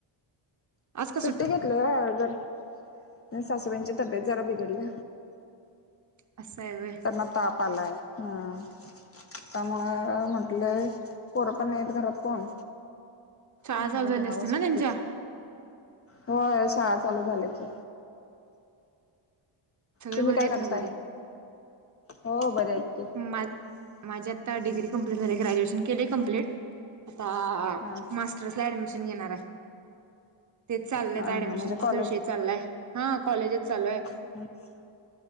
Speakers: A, on the right (about 35°); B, on the left (about 30°).
A: आज का
B: सुट्टी घेतल जरा सासूव्यांंची तब्येत जरा बिघडलं
A: असंवे
B: तपलाय हम त्यामुळ म्हंटले पोरं पण नाहीेत घरात कोण
A: चहा
B: म्हटलं
A: सजले
B: घ्यावं
A: असत
B: सुट्टीच
A: ना त्यांचा
B: होय शाळा चालू झाल्या की.
A: सगळे
B: तुम्ही
A: बरे
B: काय
A: आहेत
B: करताय?
A: का घरी?
B: हो बरं आहे.
A: मा माझी आता डिग्री कंप्लीट झाली ग्रॅज्युएशन केले कंप्लीट आता अ
B: हा
A: मास्टर्स ला ऍडमिशन घेणार आहे. तेच चालल्यात
B: हा
A: ऍडमिशनचा
B: हा म्हणजे कॉलेज
A: च विषय चाललाय हां कॉलेजच चालू आहे.
B: <inaudible>